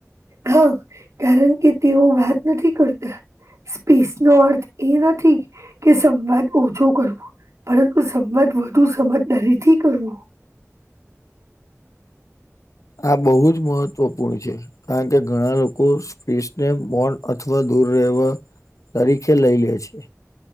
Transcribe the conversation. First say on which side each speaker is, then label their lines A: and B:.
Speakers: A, on the right; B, on the left.
A: હા, કારણ કે તેઓ વાત નથી કરતા. સ્પેસ નો અર્થ એ નથી કે સંવાદ ઓછો પરંતુ સંમત વધુ સમજદારીથી કરવો.
B: આ બહુ જ મહત્વપૂર્ણ છે. કારણ કે ઘણા લોકો સ્પસને બોન્ડ અથવા દૂર રહેવા તરીકે લઈ લે છે.